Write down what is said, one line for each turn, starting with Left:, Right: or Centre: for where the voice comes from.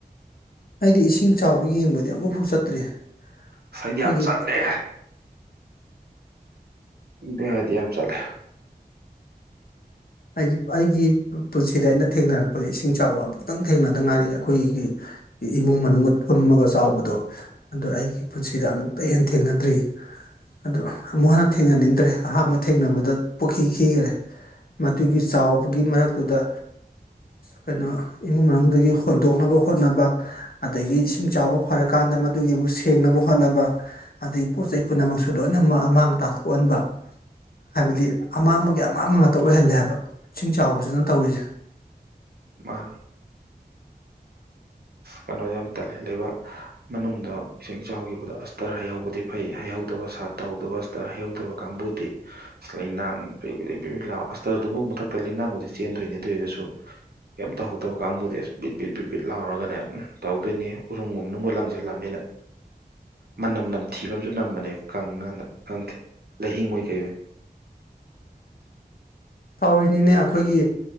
Left: ꯑꯩꯗꯤ ꯏꯁꯤꯡ ꯆꯥꯎꯕ ꯌꯦꯡꯕꯗꯤ ꯃꯐꯨ ꯆꯠꯇ꯭ꯔꯤ ꯑꯩꯈꯣꯏꯒꯤ
Right: ꯑꯁ ꯑꯩꯗꯤ ꯌꯥꯝ ꯆꯠꯂꯦ ꯌꯥꯦꯗꯤ ꯌꯥꯝ ꯆꯂꯦ
Left: ꯑꯩꯒꯤ ꯑꯩꯒꯤ ꯄꯨꯟꯁꯤꯗ ꯑꯩꯅ ꯊꯦꯡꯅꯔꯛꯄꯗ ꯏꯁꯤꯡ ꯆꯥꯎꯕ ꯑꯃꯛꯇꯪ ꯊꯦꯡꯅꯗ ꯉꯥꯏꯔꯤ ꯑꯩꯈꯣꯏꯒꯤ ꯏꯃꯨꯡ ꯃꯅꯨꯡ ꯊꯝꯃꯒ ꯆꯥꯎꯕꯗꯣ ꯑꯗꯨꯗ ꯑꯩꯒꯤ ꯄꯨꯟꯁꯤꯗ ꯑꯃꯨꯛꯇ ꯍꯦꯟꯅ ꯊꯦꯡꯅꯗ꯭ꯔꯤ ꯑꯗ ꯑꯃꯨꯛ ꯍꯟꯅ ꯊꯦꯡꯅꯅꯤꯡꯗ꯭ꯔꯦ ꯑꯍꯥꯟꯕ ꯊꯦꯡꯅꯕꯗ ꯄꯨꯈꯤ ꯈꯤꯈꯔꯦ ꯃꯗꯨꯒꯤ
Right: ꯎꯝ
Left: ꯆꯥꯎꯕꯒꯤ ꯃꯔꯛꯇꯨꯗ ꯀꯩꯅꯣ ꯏꯃꯨꯡ ꯃꯅꯨꯡꯗꯒꯤ ꯍꯣꯟꯗꯣꯛꯅꯕ ꯍꯣꯠꯅꯕ ꯑꯗꯒꯤ ꯏꯁꯤꯡ ꯆꯥꯎꯕ ꯐꯔꯛ ꯆꯠ ꯀꯥꯟꯗ ꯃꯗꯨꯒꯤꯕꯨ ꯁꯦꯡꯅꯕ ꯍꯣꯠꯅꯕ ꯑꯗꯒꯤ ꯄꯣꯠ ꯆꯩ ꯄꯨꯝꯅꯃꯛꯁꯨ ꯂꯣꯏꯅ ꯑꯃꯥꯡ ꯇꯥꯊꯣꯛꯍꯟꯕ ꯍꯥꯏꯕꯗꯤ
Right: ꯎꯝ
Left: ꯑꯃꯥꯡꯕꯒꯤ ꯑꯃꯥꯡꯕ ꯇ ꯑꯣꯏꯍꯜꯂꯦ ꯍꯥꯏꯕ ꯏꯁꯤꯡ ꯆꯥꯎꯕꯁꯤꯅ ꯇꯧꯔꯤꯁꯦ
Right: ꯃꯥꯅ
Left: <unintelligible> <inaudible>
Right: ꯀꯩꯅꯣ ꯌꯥꯝ ꯇꯜꯍꯦꯂꯕ ꯃꯅꯨꯡꯗ ꯏꯁꯤꯡ ꯆꯥꯎꯈꯤꯕꯗꯣ ꯑꯁꯇꯔ ꯍꯩꯍꯧꯕꯗꯤ ꯐꯩ ꯍꯩꯍꯧꯗꯕ ꯁꯥ ꯇꯧꯗꯕ ꯑꯁꯇꯔ ꯍꯩꯍꯧꯗꯕ ꯀꯥꯡꯕꯨꯗꯤ ꯂꯩꯅꯥ ꯕ ꯕ ꯑꯁꯇꯔꯗꯨꯕꯨ ꯃꯊ ꯂꯩꯅꯥꯡꯕꯨꯗꯤ ꯆꯦꯟꯗꯣꯏꯅꯦꯗꯣꯏꯔꯒꯁꯨ ꯀꯩꯝ ꯇꯧꯍꯧꯗꯕ ꯀꯥꯡꯕꯨꯗꯤ ꯑꯁ ꯕꯤꯠ ꯕꯤꯠ ꯕꯤꯠ ꯂꯥꯎꯔꯒꯅꯦ ꯎꯝ ꯇꯧꯗꯣꯏꯅꯤ ꯎꯔꯨꯝꯒꯨꯝ ꯃꯅꯨꯡꯗ ꯂꯪꯁꯤꯜꯂꯝꯕꯅꯤꯅ ꯃꯅꯝ ꯅꯝꯊꯤꯕꯝꯨ ꯅꯝꯕꯅꯦꯪꯗꯦ ꯂꯩꯍꯤꯡꯉꯣꯏ ꯀꯩꯏ
Left: ꯇꯧꯔꯤꯅꯤꯅꯦ ꯑꯩꯈꯣꯏꯒꯤ